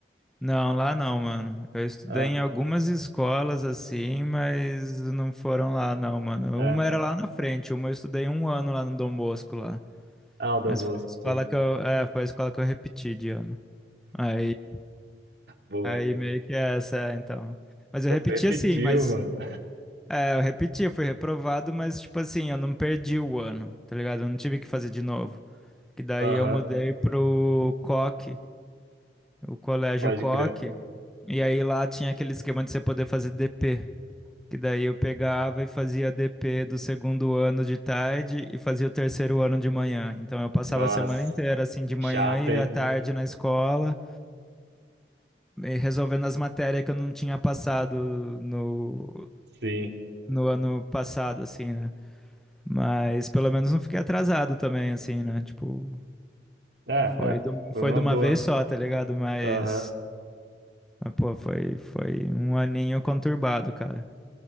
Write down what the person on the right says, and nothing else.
É,
é.
Ah, o Dom
Bosco,
sim.
Boa.
Você
repetiu,
mano.
Aham,
pode
crer.
Nossa,
chato,
hein?
Sim.
É,
é,
foi
uma
boa.
Aham.